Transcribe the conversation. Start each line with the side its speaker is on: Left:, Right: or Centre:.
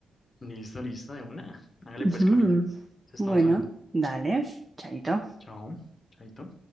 Left: Listo, listo, de una. Hágale
Right: Ujú.
Left: pues, Camila. Entonces
Right: Bueno,
Left: Estamos hablando.
Right: dale, chaito.
Left: Chao. Chaito.